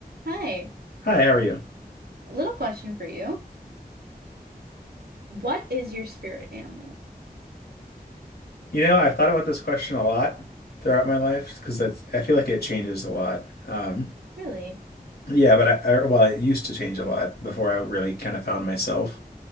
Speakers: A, on the right; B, on the left.
A: Hi,
B: Hi, how are you?
A: little question for you. What is your spirit animal?
B: You know, I've thought about this question a lot throughout my life because that's I feel like it changes a lot. Um,
A: Really?
B: yeah, but I, I well, it used to change a lot before I really kind of found myself.